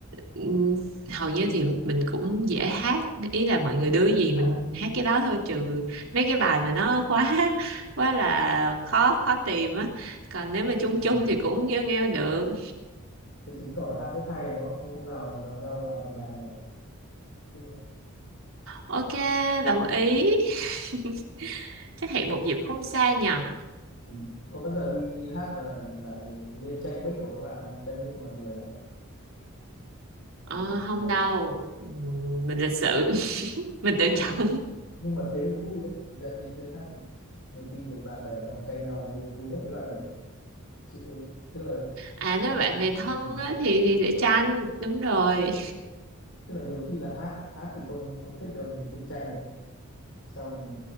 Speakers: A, on the right (about 70°); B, on the left (about 65°).
A: ừm, hầu như thì mình cũng dễ hát ý là mọi người đưa gì
B: Hát.
A: mình hát cái đó thôi trừ mấy cái bài mà nó quá <laughs> quá là khó khó tìm á còn nếu mà chung
B: Ừ.
A: chung thì cũng nghêu nghêu được
B: Thì chứng tỏ là hát rất hay đúng không? Không Hôm nào gặp nhau là bài bài nhỉ? Ừ.
A: ok đồng ý <laughs> chắc hẹn một dịp không xa nhờ
B: Ừ. Có bao giờ đi đi hát và là, lại lên tranh mic của các bạn không? Tranh mic mọi người không?
A: ờ,
B: Ừ, mình,
A: không
B: ờ,
A: đâu Ừm, mình lịch sự <laughs> mình tự
B: Không
A: trọng
B: nhưng nhưng mà thế mới vui đấy. Thì Là chính thế hát nhiều khi người bạn bè trong tranh nhau vui vui nhất cái đoạn đấy. Chứ tức là
A: à nếu mà bạn
B: ừ,
A: bè thân
B: ừ.
A: á, thì thì sẽ tranh đúng rồi
B: tức là nhiều khi là hát hát thì không không thích đâu nhìn cái tranh đâu. Xong